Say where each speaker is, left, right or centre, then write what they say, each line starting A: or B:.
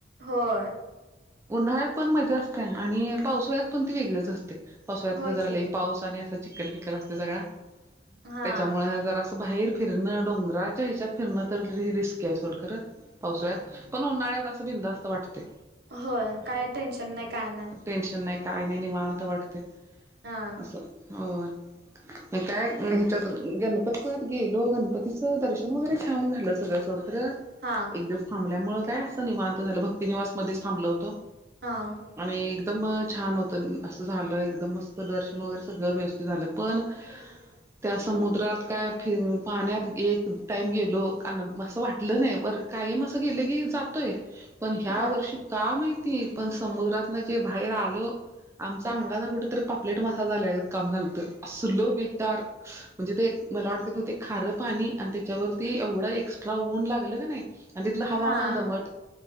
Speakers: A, on the right (about 60°); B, on the right (about 15°).
A: होय.
B: उन्हाळ्यात पण मजा असतया आणि पावसाळ्यात पण ती वेगळीच असते. पावसाळ्यात
A: होय
B: खरं जरा
A: की
B: लई पाऊस आणि असा चिकल बिकल असतोय सगळा,
A: हा
B: त्याच्यामुळे जरा असं बाहेर फिरण डोंगराच्या ह्याच्यात फिरण तर लई रिस्क आहे सोड खर, पावसाळ्यात, पण उन्हाळ्यात बिनधास्त वाटतय.
A: होय काय टेन्शन नाही काय नाय.
B: टेन्शन नाही काय नाय निवांत वाटतय.
A: हा.
B: असं, हो. काय हिच्यात गणपतपुळ्यात गेलो गणपतीचं दर्शन वगैरे छान झालं सगळ सोड. खर.
A: हां.
B: एक दिवसं थांबल्यांमुळे कायं असं निवांत झालं भक्तीनिवांस मध्येचं थांबलं होतं
A: हां
B: आणि एकदंम छान होतं असं झालं एकदंम मस्तं दर्शन वगैरें सगळं व्यवस्थितं झालं पणं त्यां समुद्रांत कायं फि पाण्यांत एक टाईम गेलो अनं असं वाटलं नाहीं बरं कारमं असं गेलं की जातं येते पणं ह्या
A: हा
B: वर्षी कायं माहिती पणं समुद्रांतन जे बाहेर आलं आमच्यां
A: हा
B: अंगांचा कुठेेतरं पापलेट वांस झालायं गतं कामं झालं तं असलो बेकांर म्हणजे ते मलां वाटतें पणं ते खारं पाणी आणि त्यांच्या वरती एवढं एक्स्ट्रा ऊंन लागलं कां नाहीं आणि तिथलं हवामांन
A: हा
B: दमटं